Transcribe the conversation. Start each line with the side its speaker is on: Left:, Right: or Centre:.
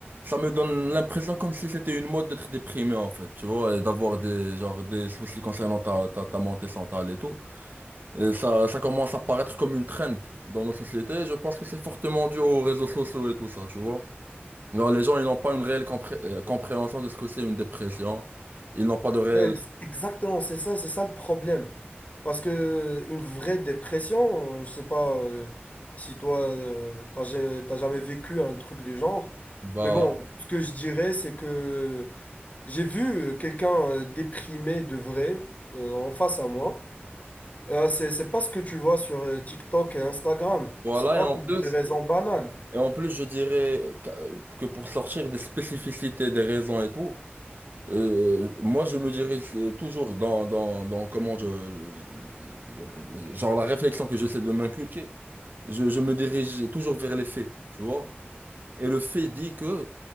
Right: Ça me donne l'impression comme si c'était une mode d'être déprimé en fait, tu vois, et d'avoir des, genre, des soucis concernant ta, ta, ta santé mentale et tout. Et ça, ça commence à paraître comme une trend dans nos sociétés. Je pense que c'est fortement dû aux réseaux sociaux et tout ça, tu vois. Genre, les gens, ils n'ont pas une réelle compré- euh, compréhension de ce que c'est une dépression. Ils n'ont pas de réelle...
Left: Mais ex- Exactement, c'est ça, c'est ça le problème. Parce que une vraie dépression, euh, je sais pas euh, si toi, euh, t'as, ja- t'as jamais vécu un truc du genre,
Right: Bah,
Left: mais bon, ce que je dirais, c'est que J'ai vu euh, quelqu'un euh, déprimé de vrai euh, en face à moi. Euh, c'est, c'est pas ce que tu vois sur euh, TikTok et Instagram.
Right: voilà,
Left: C'est pas
Right: et en
Left: pour
Right: plus,
Left: des raisons banales.
Right: et en plus, je dirais que que pour sortir des spécificités des raisons et tout. Euh, moi, je me dirige euh, toujours dans, dans, dans comment je, je- je- genre la réflexion que j'essaie de m'inculquer. Je, je me dirige toujours vers les faits, tu vois. Et le fait dit que